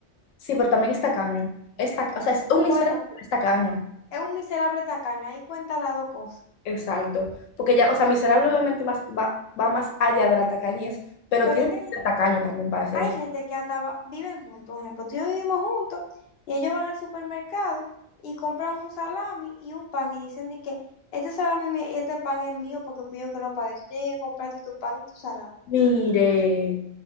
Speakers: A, on the left; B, on the left.
A: sí, pero también es tacaño. Es tac- o sea, es un
B: Bueno,
A: miserable, pero es tacaño.
B: es un miserable tacaño, ahí cuenta las dos cosas.
A: Exacto. Porque ya, o sea, miserable obviamente va, va, va más allá de la tacañez, pero
B: Pero
A: tiene
B: es
A: que
B: que
A: ser tacaño también para ser
B: Hay
A: miserable.
B: gente que hasta va- viven juntos. Por ejemplo, tú y yo vivimos juntos y ellos van al supermercado y compran un salami y un pan y dicen de que este salami, mi- este pan es mío porque fui yo que lo pagué. Tú tienes que comprarte tu pan y tu salami.
A: Mire,